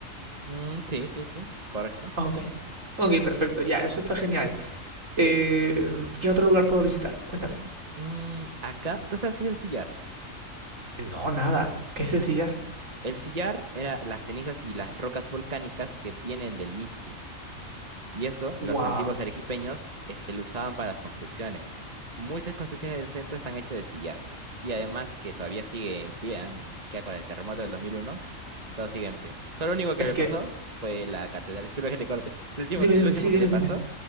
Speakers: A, on the right (about 30°); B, on the right (about 75°).
A: Mm, sí, sí, sí, correcto.
B: Ok, ok, perfecto, ya, eso está genial. Eh, ¿Qué otro lugar puedo visitar? Cuéntame.
A: Mm, acá, ¿tú sabes qué es el sillar?
B: No, nada, ¿qué es el sillar?
A: El sillar era las cenizas y las rocas volcánicas que vienen del Misti. Y eso, los
B: Wow,
A: antiguos arequipeños, este, lo usaban para las construcciones. Muchas construcciones del centro están hechas de sillar. Y además que todavía sigue en pie, ¿ah? Ni siquiera con el terremoto del 2001, <laughs> todo sigue en pie. Solo lo único que
B: es
A: le
B: que,
A: pasó fue la catedral, <laughs> disculpa que te corte, lo último
B: dime,
A: que,
B: dime,
A: lo último
B: sí,
A: que
B: dime,
A: le pasó
B: dime.